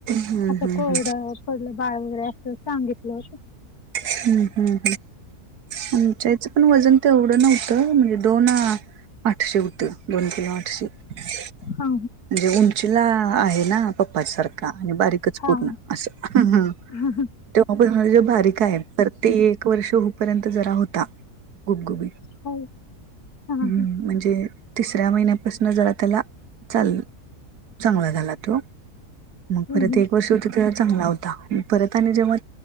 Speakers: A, on the right; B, on the left.
A: हम्म
B: असं
A: हम्म
B: कोड
A: हम्म
B: पडलं बाळ वगैरे असं सांगितलं होत
A: हम्म हम् हम् आच्या त्या पण वजन तर एवढं नव्हतं म्हणजे दोन आठशे होते दोन किलो आठशे म्हणजे
B: हा
A: उंचीला आहे ना पप्पा सारखं का आणि बारीकच
B: हा
A: पूर्ण असं
B: हा
A: तेव्हाून जे बारीक आहे तर ते एक वर्ष होपर्यंत जरा होता गुबगुब
B: हो हा हा
A: हम्म म्हणजे तिसऱ्या महिन्यापासून जरा त्याला चाल चांगला झाला तो मग
B: हम्म
A: परत
B: हम्म
A: एक वर्ष होती ते चांगला होता परत आणि जेव्हा